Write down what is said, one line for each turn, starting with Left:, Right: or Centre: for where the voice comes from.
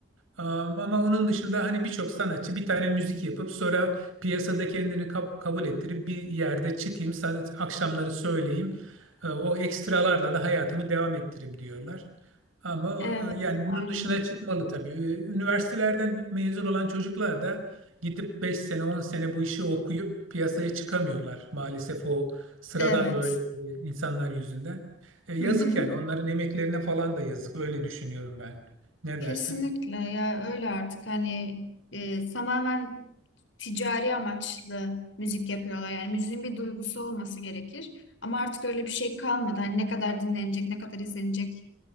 Right: Am- Ama onun dışında hani birçok sanatçı bir tane müzik yapıp sonra piyasada kendini kab- kabul ettirip bir yerde çıkayım sanat akşamları söyleyeyim e, o ekstralarla da hayatımı devam ettireyim diyorlar. Ama
Left: Evet.
Right: e, yani
Left: Aynen.
Right: bunun dışına çıkmalı tabii. E, Üniversitelerden mezun olan çocuklar da gidip beş sene on sene bu işi okuyup piyasaya çıkamıyorlar. Maalesef o sıradan
Left: Evet.
Right: böyle e, insanlar yüzünden. E, Yazık
Left: Hı hı.
Right: yani onların emeklerine falan da yazık öyle düşünüyorum ben. Ne
Left: Kesinlikle
Right: dersin?
Left: ya öyle artık hani e, tamamen ticari amaçlı müzik yapıyorlar. Yani müziğin bir duygusu olması gerekir. Ama artık öyle bir şey kalmadı. Hani ne kadar dinlenecek, ne kadar izlenecek